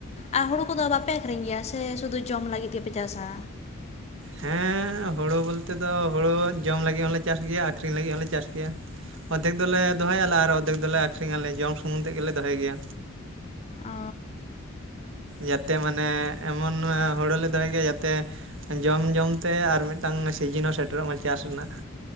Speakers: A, on the left (about 30°); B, on the right (about 65°).
A: ᱟᱨ ᱦᱩᱲᱩ ᱠᱚᱫᱚ ᱵᱟᱯᱮ ᱟᱠᱷᱨᱤᱧ ᱜᱮᱭᱟ ᱥᱮ ᱥᱩᱫᱩ ᱡᱚᱢ ᱞᱟᱜᱤᱫ ᱜᱮᱯᱮ ᱪᱟᱥᱟ?
B: ᱦᱮᱸ ᱦᱩᱲᱩ ᱵᱚᱞᱛᱮ ᱫᱚ ᱦᱩᱲᱩ ᱡᱚᱢ ᱞᱟᱹᱜᱤᱜ ᱦᱚᱸᱞᱮ ᱪᱟᱥ ᱜᱮᱭᱟ, ᱟᱹᱠᱷᱨᱤᱧ ᱞᱟᱹᱜᱤᱜ ᱦᱚᱸᱞᱮ ᱪᱟᱥ ᱜᱮᱭᱟ᱾ ᱚᱫᱽᱫᱷᱮᱠ ᱫᱚᱞᱮ ᱫᱚᱦᱚᱭᱟᱞᱮ ᱟᱨ ᱚᱫᱽᱫᱷᱮᱠ ᱫᱚᱞᱮ ᱟᱠᱷᱨᱤᱧᱟᱞᱮ, ᱡᱚᱢ ᱥᱩᱢᱩᱝ ᱛᱮᱜ ᱜᱮᱞᱮ‌ ᱫᱚᱦᱚᱭ ᱜᱮᱭᱟ᱾
A: ᱚ
B: ᱡᱟᱛᱮ ᱢᱟᱱᱮ ᱮᱢᱚᱱ ᱚᱻ ᱦᱩᱲᱩ ᱞᱮ ᱫᱚᱦᱚᱭ ᱜᱮᱭᱟ ᱡᱟᱛᱮ ᱡᱚᱢ ᱡᱚᱢ ᱛᱮ ᱟᱨ ᱢᱤᱫᱴᱟᱝ ᱥᱤᱡᱤᱱ ᱦᱚᱸ ᱥᱮᱴᱮᱨᱚᱜ ᱢᱟ ᱪᱟᱥ ᱨᱮᱱᱟᱜ᱾